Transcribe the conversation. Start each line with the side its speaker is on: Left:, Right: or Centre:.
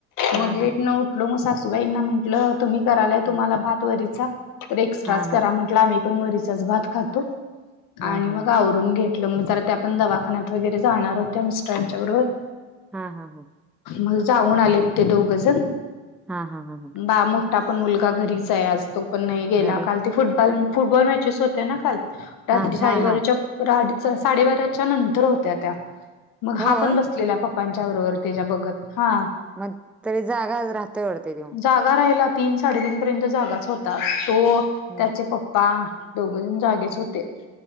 Centre: हा
Left: मग
Centre: हा
Left: लेट
Centre: हा
Left: न उठलो मग सासूबाईंना म्हटलं तुम्ही करालाय
Centre: हा
Left: तुम्हाला भात वरीचा तर एक्स्ट्राच
Centre: हा हा
Left: करा म्हटलं आम्ही पण वरचाच भात खातो.
Centre: हा
Left: आणि
Centre: हा
Left: मग आवरून घेतलं मग जरा त्या पण दवाखान्यात वगैरे जाणार होत्या मिस्टरांच्या बरोबर.
Centre: हा हा हा,
Left: मग जाऊन आलेत ते दोघजण.
Centre: हा हा हा हां,
Left: बा मोठा पण मुलगा घरीच आहे आज तो पण नाही गेला
Centre: घरी
Left: काल. ते फुटबॉल फुटबॉल मॅचेस होते ना काल रात्री
Centre: हा
Left: साडेबाराच्या
Centre: हा हा
Left: पुढं आडीच वाज साडेबाराच्या नंतर होत्या त्या, मग
Centre: होय
Left: हा पण बस लेल्या पप्पांच्या बरोबर त्याच्या बघत हा
Centre: मग तरी जागा राहतोय आवढते देऊन
Left: जागा राहिला तीन साडेतीीन पर्यंत जागाच होता तो
Centre: हम्म.
Left: त्याचे पप्पा दोघजण जागेच
Centre: हा
Left: होते